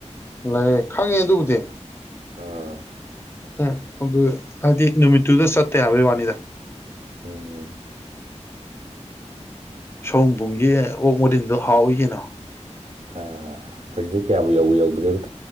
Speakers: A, on the left; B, on the right.
A: ꯂꯩ ꯈꯪꯉꯦ ꯑꯗꯨꯕꯨꯗꯤ
B: ꯑꯥ
A: ꯑ ꯑꯗꯨ ꯍꯥꯏꯗꯤ ꯅꯨꯃꯤꯠꯇꯨꯗ ꯆꯠꯇꯦ ꯍꯥꯏꯕꯩ ꯋꯥꯅꯤꯗ
B: ꯎꯝ
A: ꯁꯣꯕꯨꯝꯒꯤ ꯑꯣꯛ ꯃꯗꯤꯟꯗꯣ ꯍꯥꯎꯋꯏ ꯀꯅ
B: ꯑ ꯍꯧꯖꯤꯛꯇꯤ ꯀꯌꯥꯕꯨ ꯌꯧꯕ ꯌꯧꯗ꯭ꯦꯔꯤꯕ